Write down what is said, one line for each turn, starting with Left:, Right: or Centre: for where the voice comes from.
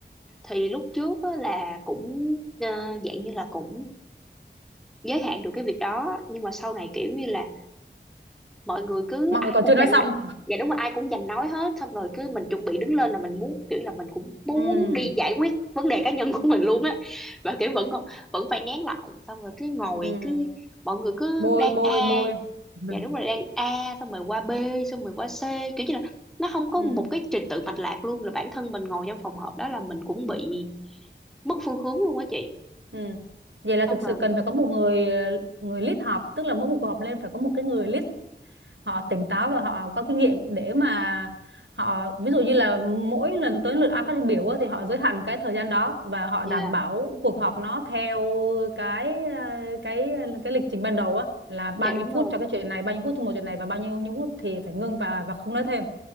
Centre: Thì lúc trước á là cũng ờ, dạng như là cũng giới hạn được cái việc đó nhưng mà sau này kiểu như là mọi người cứ
Right: Mọi
Centre: ai
Right: người còn
Centre: cũng
Right: chưa nói
Centre: dành
Right: xong.
Centre: dạ đúng rồi ai cũng dành nói hết xong rồi cứ mình chuẩn bị đứng lên là mình muốn kiểu là mình cũng muốn
Right: Ừ,
Centre: đi giải quyết vấn đề cá nhân của mình luôn á và kiểu vẫn còn vẫn phải nén lại xong rồi cứ ngồi
Right: ừ.
Centre: cứ mọi người cứ
Right: Bôi
Centre: đang
Right: bôi
Centre: a
Right: bôi. Ừ.
Centre: dạ đúng rồi đang a xong rồi qua b xong rồi qua c kiểu như là nó không có
Right: Ừ.
Centre: một cái trình tự mạch lạc luôn là bản thân mình ngồi trong phòng họp đó là mình cũng bị mất phương hướng luôn á chị
Right: ừ. Vậy là
Centre: xong
Right: thực
Centre: rồi
Right: sự cần phải có một người ờ, người lead họp, tức là mỗi một cuộc họp lên phải có một cái người lead họ tỉnh táo và họ có kinh nghiệm để mà họ ví dụ như là mỗi lần tới lượt ai phát biểu á, thì họ giới hạn cái thời gian đó và họ
Centre: dạ
Right: đảm bảo cuộc họp nó theo cái ờ, cái cái lịch trình ban đầu á là bao
Centre: dạ đúng
Right: nhiêu phút
Centre: rồi
Right: cho cái chuyện này bao nhiêu phút cho một chuyện này và bao nhiêu nhiêu phút thì phải ngưng và và không nói thêm